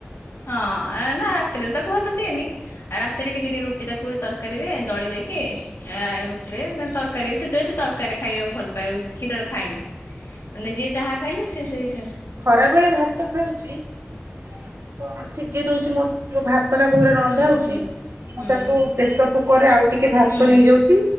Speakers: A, on the left; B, on the right.
A: ହଁ ଏ ନା ରାତିରେ ତାକୁ ଭାତ ଦିଏନି ଆଉ ରାତିରେ ଟିକେ ଟିକେ ରୁ ରୁଟି ଏ ତାକୁ ତରକାରୀରେ ଦଳି ଦେଇକି ଆ ରୁଟିରେ ତରକାରୀ ସେ ତ ସେ ତରକାରୀ ଖାଇବାକୁ ଭଲ ପାଏ ଉଁ କ୍ଷୀରରେ ଖାଏନି। ମାନେ ଯିଏ ଯାହା ଖାଇଲେ ସିଏ ସେଇ ସେମ
B: ଖରା ବେଳେ ଭାତ ଖାଉଛି ମାନେ କଣ ସିଝେଇ ଦଉଛି ମୋ ଯୋଉ ଭା ତଟା କଉ ରେ ରନ୍ଧା
A: ହୁଁ
B: ହଉଛି
A: ହୁଁ
B: ମୁଁ
A: ହୁଁ
B: ତାକୁ ପ୍ରେସର କୁକର ରେ ଆଉ ଟି ଟିକେ ଭାତ
A: ହୁଁ
B: ନେଇଯାଉଛି